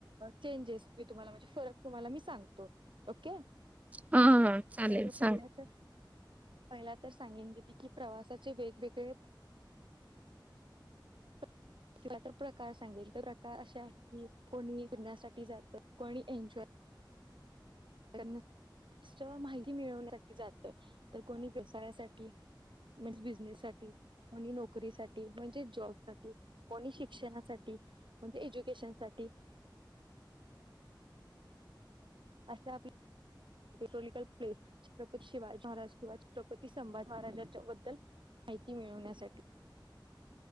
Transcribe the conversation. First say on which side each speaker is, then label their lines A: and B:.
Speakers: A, on the right; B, on the right.
A: चेंजेस मी तुम्हाला म्हणजे फरक तुम्हाला मी सांगतो ओके,
B: हा हा चालेल
A: तर पहिल्या
B: सांग
A: तर पहिला तर सांगेन दिदी की प्रवासाचे वेगवेगळे- <inaudible> किंवा तर प्रकार सांगेल तर प्रकार अ शे आहेत की, कोणी फिरण्यासाठी जातं कोणी एन्जॉय नुस्त माहिती मिळवण्यासाठी जात तर कोणी व्यवसायांसाठी म्हणजे बिझनेस साठी कोणी नोकरी साठी म्हणजे जॉब साठी कोणी शिक्षणासाठी. म्हणजे एज्युकेशन साठी. <unintelligible> हिस्टॉरिकल प्लेस छत्रपती शिवाजी महाराज किंवा छत्रपती संभाज महाराजांच्या बद्दल माहिती मिळवण्यासाठी.